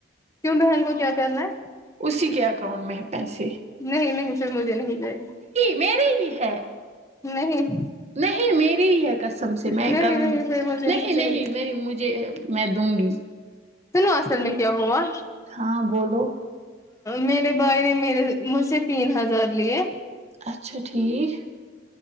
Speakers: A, on the left; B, on the right.
A: کیوں بہن کو کیا کرنا ہے
B: اسی کے اکاؤنٹ میں ہے پیسے
A: نہیں نہیں پھر مجھے نہیں چاہیے
B: میرری ہی ہے
A: نہیں
B: نہیں میری ہی ہےقسم سے
A: نہیں
B: میں کروں
A: نہیں
B: گی
A: پھر مجھے
B: نہیں
A: چاہیے
B: نہیں میں مجھے میں دوں گی
A: سنو اصل میں کیا ہوا
B: ہاں بولو
A: میرے بھائی نے میرے مجھ سے تین ہزار لیے
B: اچھا ٹھیک